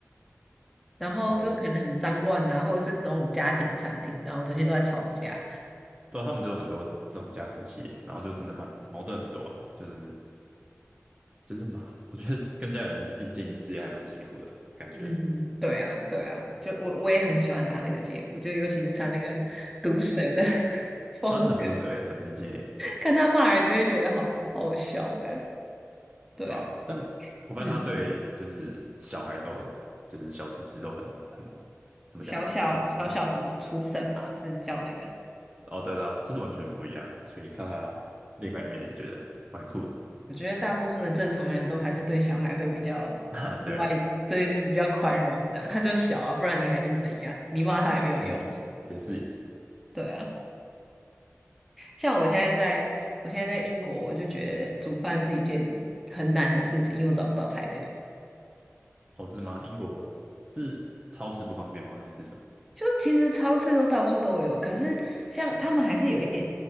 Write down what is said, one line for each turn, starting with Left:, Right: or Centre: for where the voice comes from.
Centre: 然后就是可能很脏乱啊，
Right: 然后
Centre: 或者是那种家庭餐厅，然后整天都在吵架，
Right: 对啊他们就有很多这种家族企业，然后就真的蛮矛盾很多啊，就是就是嘛，我觉得跟家人一起经营事业还蛮辛苦的感觉，
Centre: 嗯，对啊，对啊，就我我也很喜欢他那个节目，就尤其是他那个毒舌的 <laughs> 风格，
Right: 他很毒舌欸，很直接欸
Centre: 看他骂人就会觉得好好笑的。对啊，
Right: 对啊，但我发现他对就是小孩都很，
Centre: 嗯，
Right: 就是小厨师都很很怎么讲呢？
Centre: 小小小小什么初审嘛，
Right: 很很
Centre: 是叫那个。
Right: 哦，对对啊，就是完全不一样，所以看他另外一面也觉得蛮酷的。
Centre: 我觉得大部分的正常人都还是对小孩会比较意外，
Right: <laughs> 哈对啊，
Centre: 对是比较宽容这样。他就小啊，不然你还能怎样？你骂他也没有用。
Right: 嗯，也是也是。
Centre: 对啊，像我现在在，我现在在英国，我就觉得煮饭是一件很难的事情，因为我找不到材料。
Right: 哦，真的吗？英国是超市不方便吗？还是什么？
Centre: 就其实超市都到处都有，可是像他们还是有一点，